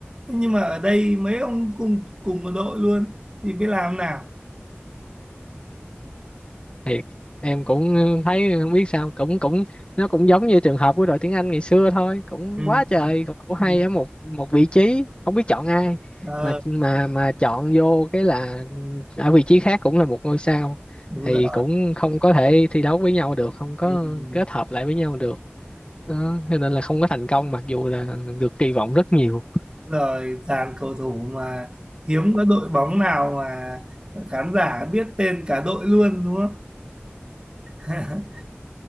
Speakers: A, on the right; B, on the left.
A: Thế nhưng mà ở đây mấy ông cùng cùng một đội luôn thì biết làm nào
B: thiệt em cũng thấy không biết sao cũng cũng nó cũng giống như trường hợp của đội tiếng Anh ngày xưa thôi cũng
A: ừ.
B: quá trời cầu thủ hay
A: Ừ.
B: ở một một vị trí không biết chọn ai
A: Ờ,
B: mà mà mà chọn vô cái là ở vị trí khác cũng là một ngôi sao
A: đúng
B: thì
A: rồi
B: cũng không có thể thi đấu với nhau được không có
A: ừ.
B: kết hợp lại với nhau được đó. Cho nên là không có thành công mặc dù là được kỳ vọng rất nhiều
A: Đúng rồi dàn cầu thủ mà hiếm có đội bóng nào mà khán giả biết tên cả đội luôn đúng không <laughs>